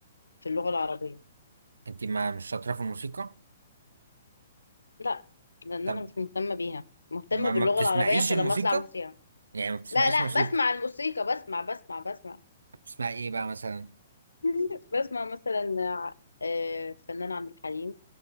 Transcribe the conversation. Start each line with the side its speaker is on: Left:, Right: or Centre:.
Left: في اللغة العربية
Right: انت ما مش شاطره في الموسيقى
Left: لا لان
Right: طب
Left: انا مش مهتمة بيها مهتمة
Right: ما
Left: باللغة
Right: ما بتسمعيش
Left: العربية عشان
Right: الموسيقى
Left: لما اطلع موسيقى
Right: يعني ما بتسمعيش
Left: لا لا
Right: موسيقى
Left: بسمع الموسيقى بسمع بسمع بسمع
Right: بتسمعي ايه بقى مثلا
Left: <laughs> بسمع مثلا ع- آه، الفنان عبد الحليم